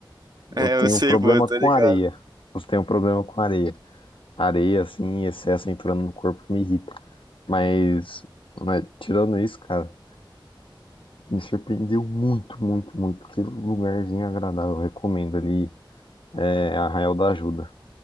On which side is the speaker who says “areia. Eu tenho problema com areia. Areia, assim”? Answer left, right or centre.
Left